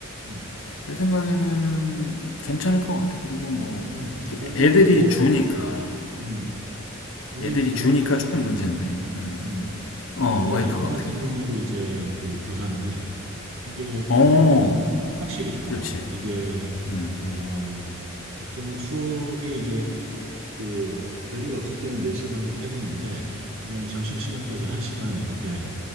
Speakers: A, on the right; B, on the left.
A: 음.
B: 내 생각에는 괜찮을 것 같아 그리고 뭐
A: 음, 그리고
B: 애들이
A: 뭐
B: 주니까
A: 음. 우리
B: 애들이
A: 와이프
B: 주니까
A: 같은
B: 조금
A: 경우
B: 문제인데. 음.
A: 음.
B: 어,
A: 우리 와이프
B: 와이프가
A: 같은
B: 어떻게?
A: 경우에도 이제 그 교사인데 이게
B: 어,
A: 애 키우기는 확 확실히 좋아.
B: 그렇지.
A: 이게
B: 음, 음.
A: 어 보통 수업이 이제 이- 그 별일 없을 때는 4시 반에 퇴근인데 왜냐면 점심시간까지 1시간 이렇게